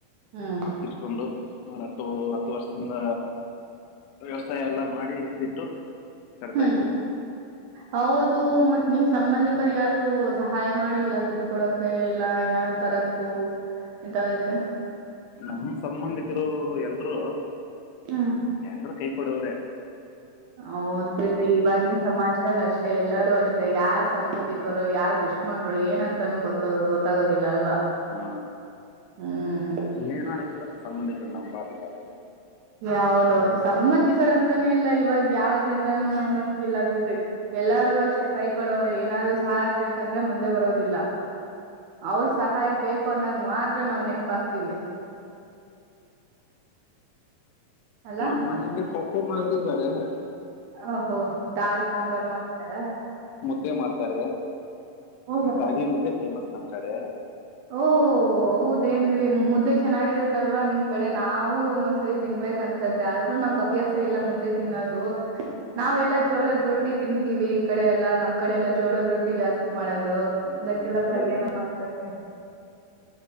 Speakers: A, on the right; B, on the left.
A: ಹ್ಮ್
B: ಎತ್ಕಿಿಸಕೊಂಡು. ಮರ ಹತ್ತು ಹತ್ತು ವರ್ಷದಿಂದ ವ್ಯವಸಾಯ ಎಲ್ಲ ಮಾಡಿದ್ವಿ ತ ಕಟ್ಟಾ
A: ಹ್ಮ್
B: ಇದ್ದೀವಿ
A: ಹೌದು ಮತ್ ನಿಮ್ ಸಂಬಂಧಿಕರು ಯಾರು ಸಹಾಯ ಮಾಡಿಲ್ಲ ದುಡ್ಡು ಕೊಡಕೆ ಇಲ್ಲ ಏನಾದ್ರು ತರಕು ಎಂತದಕ್ಕೆ
B: ನಮ್ಮ ಸಂಬಂಧಿಕರು ಎಲ್ರು
A: ಹ್ಮ್
B: ಎನ್ರೂ ಕೈ ಕೊಡವ್ರ
A: ಹೌದ್ ಬಿಡ್ರಿ ಇವಾಗಿವಾಗಿನ ಸಮಾಜದಲ್ಲಿ ಅಷ್ಟೇ ಎಲ್ಲಾರೂ ಅಷ್ಟೇ. ಯಾರ್ ಸಂಬಂಧಿಕರು ಯಾರ್ ದುಶ್ಮನ್ರು ಏನಂತಾನೂ ಗೊತ್ತ ಗೊತ್ತಾಗೋದಿಲ್ಲ ಅಲ್ವಾ
B: ಹ್ಮ
A: ಹ್ಮ್
B: ಏನ್ ಮಾಡೋಂಗಿಲ ಸಂಬಂಧಿ ನಂಬರ್ಧಿವಾಗ
A: ಹೌದಾದು ಸಂಬಂಧಿಕರ ಅಂತಾನೇ ಇಲ್ಲ ಇವಾಗ ಯಾವ ಜನರನು ನಂಬಂಗಿಲ ಬಿಡ್ರಿ ಎಲ್ಲಾರೂ ಅಷ್ಟೇ ಕೈ ಕೊಡೋವ್ರೆ ಏನಾದ್ರು ಸಹಾಯ ಬೇಕಂದ್ರೆ ಮುಂದೆ ಬರೋದಿಲ್ಲ ಅವ್ರ ಸಹಾಯ ಬೇಕು ಅಂದಾಗ ಮಾತ್ರ ನಾವು ನೆನಪಾಗ್ತೀವಿ. ಅಲ್ಲಾ
B: ನಮ್ಮ ಮನೆಯಲ್ಲಿ ಕೊಪ್ಪು ಮಾರ ಇದಿದ್ದಾರೆ. ಹ
A: ಅಹೋ ದಾಲ್ ಸಾಂಬಾರ್ ಮಾಡ್ತಾರ
B: ಮುದ್ದೆ ಮಾಡ್ತಾರೆ
A: ಹೌದಾ.
B: ರಾಗಿ ಮುದ್ದೆ ಫೇಮಸ್ ನಮ್ ಕಡೆ,
A: ಓ ಹೌದೇನ್ರೀ ಮುದ್ದೆ ಚೆನ್ನಾಗಿರತ್ತಲ್ವಾ ನಿಮ್ ಕಡೆ ನಾವು ಒಂದೊಂದ್ಸರಿ ತಿನ್ಬೇಕ ಅನ್ಸತ್ತೆ ಆದ್ರೂ ನಮ್ಗ್ ಅಭ್ಯಾಸ ಇಲ್ಲ ಮುದ್ದೆ ತಿನ್ನೋದು?
B: ಹಾ
A: ನಾವೆಲ್ಲಾ ಜೋಳದ ರೊಟ್ಟಿ ತಿನ್ ವಿ ಈ ಕಡೆ ಎಲ್ಲಾ ನಮ್ ಕಡೆ ಎಲ್ಲಾ ಜೋರೋದ ರೊಟ್ಟಿ ಜಾಸ್ತಿ ಮಾಡೋದು
B: ಅಯ್ಯೋ,
A: ಅದಕ್ಕೆಲ್ಲ
B: ನಮ್ ಕಡೆ
A: ಪಲ್ಯನು
B: ಎಲ್ಲ
A: ಮಾಡ್ತಾರೆ